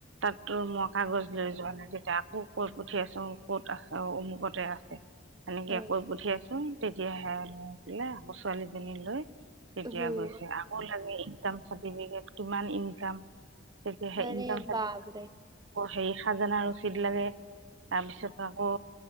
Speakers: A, on the right; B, on the right.
A: তাতো মই কাগজ লৈ যোৱা নাই তেতিয়া আকৌ কৈ পঠিয়াইছো ক'ত আছে অমুকতে আছে৷ সনেকে
B: হয়।
A: কৈ পঠিয়াইছো ৷ তেতিয়াহে লৈ আকৌ ছোৱালীজনী লৈ তেতিয়া
B: উম,
A: গৈছে আকৌ লাগে ইনকাম চাৰ্টিফিকেট কিমান ইনকাম তেহ
B: আৰে
A: ইদ ভাল
B: বাপৰে
A: সেই <unintelligible> খাজানা ৰচিদ লাগে তাৰপিছত আকৌ